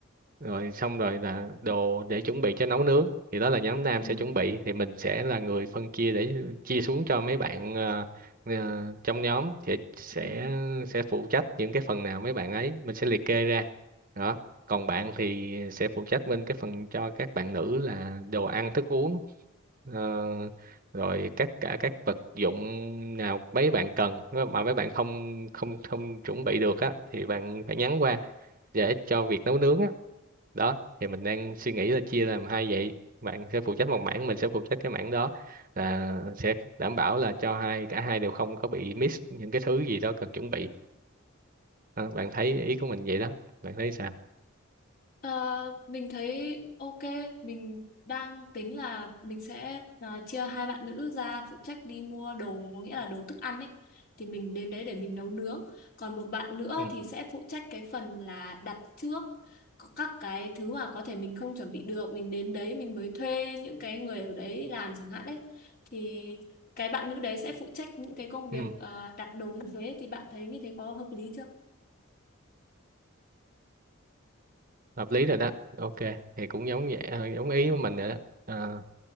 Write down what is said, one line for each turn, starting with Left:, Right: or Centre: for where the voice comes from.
Right: rồi xong rồi là đồ để chuẩn bị cho nấu nướng thì đó là nhóm nam
Left: Ừ.
Right: sẽ chuẩn bị thì mình sẽ là người phân chia để chia xuống cho mấy bạn ờ, Ờ, trong nhóm sẽ sẽ
Left: Ừ.
Right: sẽ phụ trách những cái phần nào mấy bạn ấy mình sẽ liệt kê ra đó còn bạn thì sẽ phụ trách bên cái phần cho các bạn nữ là đồ ăn thức uống ờ, rồi các cả các vật dụng nào mấy bạn cần Nếu mà mấy bạn không không không chuẩn bị được á thì bạn phải nhắn qua để cho việc nấu nướng á đó thì mình đang suy nghĩ là chia làm hai vậy bạn sẽ phụ trách một mảng mình sẽ phụ trách cái mảng đó là sẽ đảm bảo là cho hai cả hai đều không có bị miss những cái thứ gì đó cần chuẩn bị Ờ, bạn thấy ý của mình vậy đó bạn thấy sao
Left: Ờ, mình thấy ok, mình đang tính là mình sẽ à, chia hai bạn nữ ra phụ trách đi mua đồ, có nghĩa là đồ thức ăn ấy. Thì mình đến đấy để mình nấu nướng. Còn một bạn nữa
Right: ừ.
Left: thì sẽ phụ trách cái phần là đặt trước có các cái thứ mà có thể mình không chuẩn bị được. Mình đến đấy mình mới thuê những cái người ở đấy làm chẳng hạn đấy. Thì cái bạn nữ đấy sẽ phụ trách những cái công việc
Right: Ừ.
Left: à, đặt đồ như thế. Thì bạn thấy như thế có hợp lý chưa?
Right: hợp lý rồi đó ok thì cũng giống vậy ờ, giống ý của mình rồi đó Ờ,